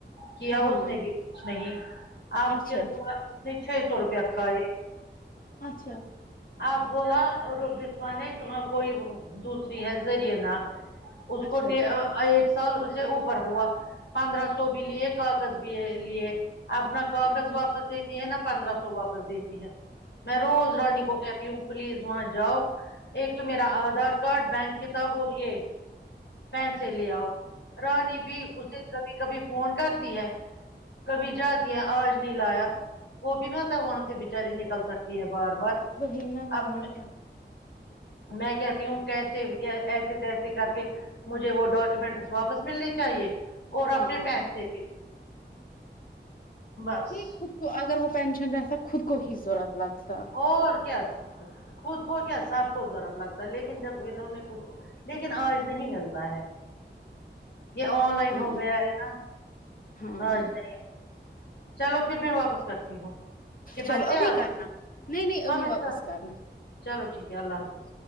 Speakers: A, on the left; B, on the left.
A: کیا
B: ہاں
A: اس نے بھی کچھ نہیں آپ
B: اچھا
A: پھر وہ چھ سو روپیہ آکھا ہے
B: اچھا
A: آپ بولا بسما نے کہاں کوئی وہ دوسری ہے زرینہ اس
B: اچھا
A: کو ایک آ سال سے اوپر ہوا پندرہ سو بھی لیے کاکز بھی ہے لیے اب نہ کاغذ
B: اچھا
A: واپس دیتی ہے نہا پندرہ سو واپس دیتی ہے میں روز
B: کیا
A: رانی کو کہتی ہوں پلیز وہاں جاؤ ایک میرا آدھار کارڈ بینک کتاب اور یہ پیسے لے آؤ رانی بھی اسے کبھی کبھی فون کرتی ہے کبھی
B: ہاں
A: جاتیا آج نہیں لایا وہ بھی نہ تو وہاں سے بچاری نکل سکتی ہے بار بار
B: وہی نا ورنہ
A: اب میں
B: کیا
A: میں کہتی ہوں کیسے ایسی تسیے کر کے مجھے وہ ڈاکومنٹس واپس ملنے چاہیے اور
B: ہاں
A: اپنے پیسے بھی بس
B: نہیں خود کو اگر وہ پینشن رہتا خود کو ہی ضورت لگتا
A: اور کیا خود کو کیا سب کو ضورت لگتا لیکن جب انہوں نے کچھ لیکن آج نہیں ملتا ہے یہ آن لائن
B: ہاں
A: ہو گیا ہے نا
B: ہاں
A: آج نہیں چلو پھر میں واپس کرتی ہوں کہ
B: چلو
A: بچے
B: ابھی
A: آ گئے
B: کرنا نہیں نہیں
A: ہاں
B: ابھی
A: میں
B: واپس
A: سب
B: کرنا
A: چلو ٹھیک ہے اللہ حافظ